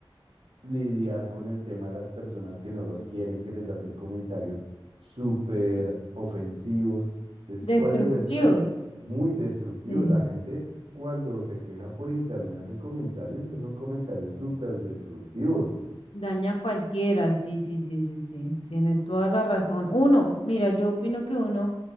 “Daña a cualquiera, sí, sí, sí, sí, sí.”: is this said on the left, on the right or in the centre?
Left